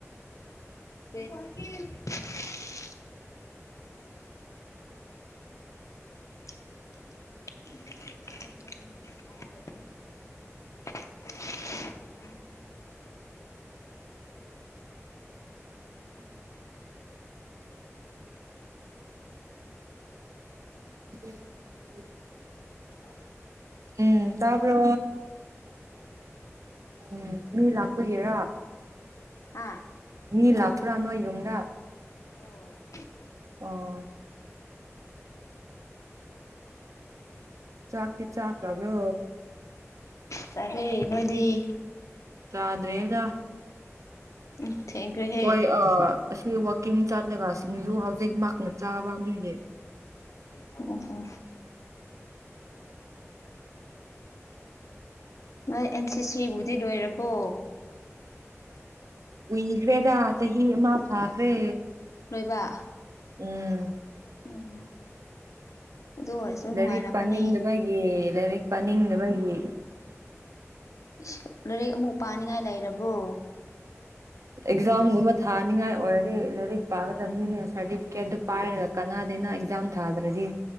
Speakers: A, on the left; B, on the right.
A: ꯊꯨꯞꯄꯦ <unintelligible> <unintelligible> ꯕꯣꯜ <unintelligible> ꯑ
B: <unintelligible>
A: ꯍꯜꯂꯣ
B: ꯎꯝ ꯇꯥꯕ꯭ꯔꯣ
A: ꯇꯥꯏꯌꯦ
B: ꯎꯝ ꯃꯤꯂꯥꯛ ꯄꯨꯒꯤꯔ
A: ꯍꯥ
B: ꯃꯤ ꯂꯥꯛꯄ꯭ꯔꯥ ꯅꯣꯢ ꯌꯨꯝꯗ
A: ꯑꯣ
B: ꯑꯣ ꯆꯥꯛꯇꯤ ꯆꯥꯈ꯭ꯔꯕꯣ
A: ꯆꯥꯔꯦ ꯅꯣꯏꯗꯤ
B: ꯆꯥꯗ꯭ꯔꯤꯏꯗ
A: ꯎꯝ ꯊꯦꯡꯈ꯭ꯔꯦꯍꯦ
B: ꯍꯣꯏ ꯑꯥ ꯑꯁꯤ ꯋꯥꯛꯀꯤꯡ ꯆꯠꯂꯒꯁꯤꯡꯁꯨ ꯍꯧꯖꯤꯛ ꯃꯍꯥꯛꯅ ꯆꯥꯕ ꯃꯤꯒꯤ
A: ꯑꯣ ꯑꯣ ꯅꯣꯏ ꯑꯦꯟ ꯁꯤ ꯁꯤꯕꯨꯗꯤ ꯂꯣꯏꯔꯕꯣ
B: ꯀꯨꯏꯈ꯭ꯔꯦꯗ ꯆꯍꯤ ꯑꯃ ꯐꯥꯈ꯭ꯔꯦ
A: ꯂꯣꯏꯕ
B: ꯎꯝ
A: ꯎꯝ ꯑꯗꯨ ꯑꯣꯏꯔꯁꯨ ꯅꯨꯡꯉꯥꯏꯔꯝꯃꯅꯤ
B: ꯂꯥꯏꯔꯤꯛ ꯄꯥꯅꯤꯡꯗꯕꯒꯤ ꯂꯥꯏꯔꯤꯛ ꯄꯥꯅꯤꯡꯗꯕꯒꯤ
A: ꯏꯁ ꯂꯥꯏꯔꯤꯛ ꯑꯃꯨꯛ ꯄꯥꯅꯤꯡꯉꯥꯏ ꯂꯩꯔꯕꯣ
B: ꯑꯦꯛꯖꯝꯒꯨꯝꯕ ꯊꯥꯅꯤꯡꯉꯥꯏ ꯑꯣꯏꯔꯗꯤ ꯂꯥꯏꯔꯤꯛ ꯄꯥꯒꯗꯕꯅꯤꯅꯦ ꯁꯥꯔꯇꯤꯐꯤꯀꯦꯠꯇꯨ ꯄꯥꯏꯔꯒ ꯀꯅꯥꯗꯦꯅ ꯑꯦꯛꯖꯥꯝ ꯊꯥꯗ꯭ꯔꯗꯤ